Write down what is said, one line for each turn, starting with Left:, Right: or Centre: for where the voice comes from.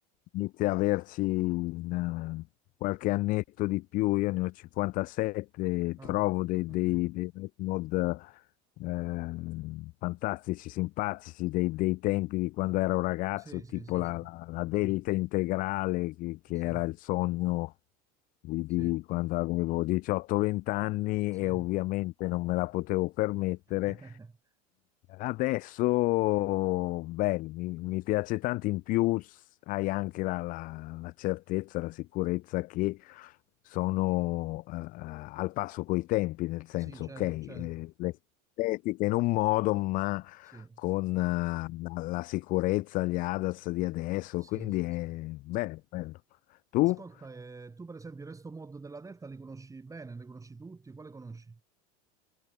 Left: inizia a averci una- qualche annetto di più, io ne ho 57,
Right: Ah,
Left: trovo dei,
Right: ok.
Left: dei, dei retmod ehm, fantastici, simpatici dei, dei tempi di quando ero ragazzo,
Right: Sì, sì,
Left: tipo
Right: sì,
Left: la,
Right: sì.
Left: la- la delta
Right: Sì,
Left: integrale, che, che
Right: sì,
Left: era il sogno di, di
Right: sì,
Left: quando avevo 18-20 anni
Right: sì.
Left: e ovviamente non me la potevo permettere.
Right: <laughs>
Left: Adesso, beh, mi, mi piace tanto, in più s- hai anche la, la- la certezza, la sicurezza che sono eh, eh, al passo coi tempi, nel senso,
Right: Sì, certo,
Left: ok, eh,
Right: certo.
Left: le- estetiche in un modo, ma
Right: Sì,
Left: con eh, la, la sicurezza, gli ADAS di adesso,
Right: sì,
Left: quindi
Right: sì,
Left: è
Right: sì.
Left: bello, bello. Tu?
Right: Ascolta, eh, tu per esempio il resto mod della Delta li conosci bene, li conosci tutti? Quale conosci?